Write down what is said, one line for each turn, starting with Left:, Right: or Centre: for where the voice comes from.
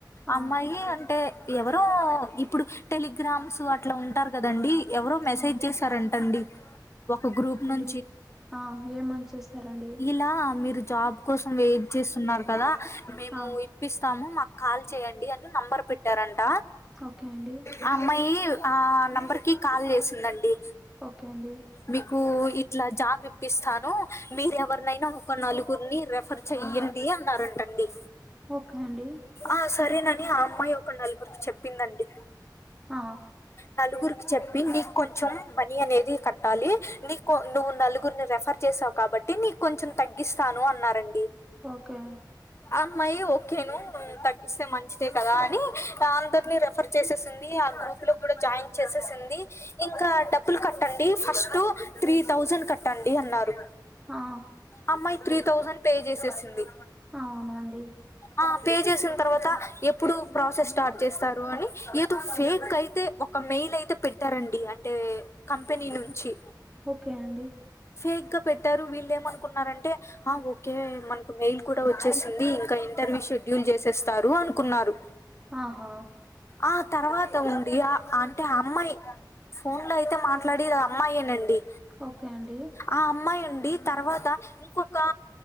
Centre: ఆ
Left: అమ్మాయి అంటే ఎవరో ఇప్పుడు టెలిగ్రామ్స్ అట్ల ఉంటారు గదండి ఎవరో మెసేజ్
Centre: ఆ
Left: చేస్ స్తారంటండి ఒక గ్రూప్ నుం
Centre: డి ఆ ఏమని చేస్తారండి
Left: లా మీరు జాబ్ కోసం వెయిట్ చేస్తున్నారు కదా మేము
Centre: ఆ
Left: ఇప్ ప్పిస్తాము మాకు కాల్ చేయండి అని నంబర్ పెట్టారంట
Centre: ఓకే అండి
Left: ఆ అమ్మాయి ఆ నెంబర్కి కాల్ చేసిందండి
Centre: ఓకే అండి
Left: మీకూ ఇ ట్లా జాబిప్పిస్తాను మీరు ఎవర్నైనా ఒక నలుగుర్ని రెఫర్ చెయ్యండి అన్నారంటండి
Centre: ఓకే అండి
Left: ఆ సరేనని ఆ అమ్మాయి ఒక నలుగుర్కి చెప్పిందండి
Centre: ఆ
Left: నలుగుర్కి చెప్పి నీకొంచం మనీ అనేది కట్టాలి నీ కు నువ్వు నలుగుర్ని రెఫర్ చేసావ్ కాబట్టి నీకొంచం తగ్గిస్తాను అన్నారండి
Centre: ఓకే అండి
Left: ఆ అమ్మాయి ఓకేను తగ్గిస్తే మంచిదే కదా అని అందరినీ
Centre: ర్
Left: రెఫర్ చేసేసి ది ఆ గ్రూప్ లో కూడా జాయిన్ చేసేసింది ఇంకా డబ్బులు కట్టండి ఫస్టు త్రీ థౌజండ్ కట్టండి అన్నారు
Centre: హా
Left: అమ్మాయి త్రీ థౌజండ్ పే చేసేసింది
Centre: ఔనండి
Left: ఆ పే చేసిన్తర్వాత ఎప్పుడు ప్రాసెస్ స్టార్ట్ చేస్తారు అని ఏదో ఫేకైతే ఒక మేయిలైతే పెట్టారండి అంటే కంపెనీ నుంచి
Centre: ఓకే అండి
Left: ఫేక్ గా పెట్టారు వీల్లేమనుకున్నారంటే ఆ ఓకే మనకు మెయిల్ కూడా వచ్చేసింది ఇంకా ఇంటర్వ్యూ షెడ్యూల్ చేసేస్తారు అనుకున్నారు
Centre: ఆహా
Left: ఆ తర్వాత ఉండి ఆ అంటే అమ్మాయి ఫోన్ లో అయితే మాట్లాడేది అమ్మాయేనండి
Centre: ఓకే అండి
Left: ఆ అమ్మాయండి తర్వాత ఇంకొక